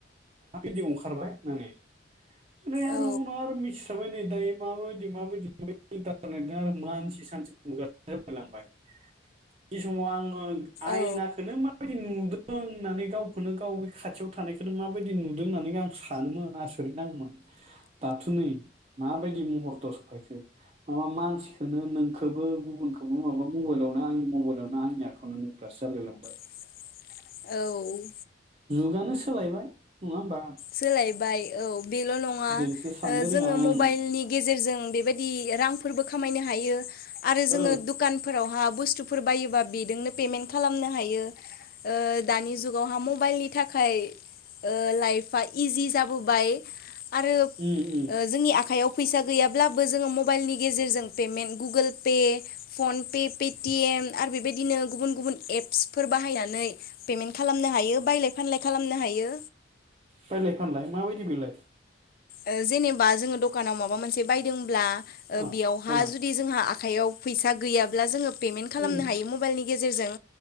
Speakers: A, on the right; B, on the left.
A: भिडिव ओंखारबाय होननानै ओमराय आरो
B: औ
A: उनाव आरो मिथिसाबाय नै दायो माबायदि माबायदि इन्टारनेटा आरो मानसि सानसे <unintelligible> लांबाय। बे समाव आं आयनाखोनो
B: औ
A: माबायदि नुदों होननानै गावखौनो गाव बे खाथियाव थानायखौनो माबायदि नुदों होननानै आं सानोमोन आसरिथ' नाङोमोन दाथ नै माबायदि महरथ' सफायखो माबा मानसिखोनो नोंखोबो गुबनखौबो माबा मबाइलआवनो आंनि मबाइल आंनि आखायाव नो नुग्रासो जालायलांबाय।
B: <inaudible> औ
A: जुगानो सोलायबाय नङा होमबा?
B: सोलायबाय औ बेल नङा
A: जोंसो साननो
B: ओ जोङो
A: रोङा
B: मबाइलनि
A: ओं
B: गेजेरजों बेबायदि इयार रांफोरबो खामायनो हायो आरो जोङो
A: औ
B: दुखानफोरावहा बुस तुफोर बायोबा बेदोंनो पेमेन खालामनो हायो ओ दानि जुगाव हा मबाइलनि थाख खाय ओ लाइफआ इजि जाबोबाय। आरो ओ
A: उम उम
B: जोंनि आखायाव फैसा गैयाब्लाबो जोङो मबाइलनि गेजेरजों payment Google pay PhonePe Paytm M आरो बेबायदिनो गुबुन गुबुन एप्सफोर बाहायनानै पेमेन्ट खालामनो हायो बायलाय फानलाय खालामनो हायो।
A: बायलाय फानलाय माबायदि बिलाय?
B: ओ जेनेबा जोङो दखानाव माबा मोनसे बायदोंब्ला
A: ओ
B: बेयावहा
A: ओ
B: जुदि जोंहा? आखायाव फैसा गैयाब्ला जोङो पेमेन्ट खालामनो
A: उम
B: हायो मबाइलनि गेजेरजों।